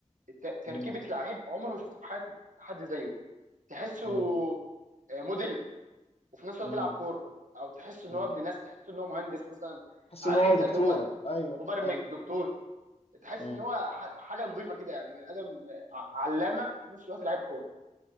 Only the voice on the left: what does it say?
مم.
مم.
مم.
مم.
حس
ان هو
دكتور
ايوه
ايوه
مم.
مم.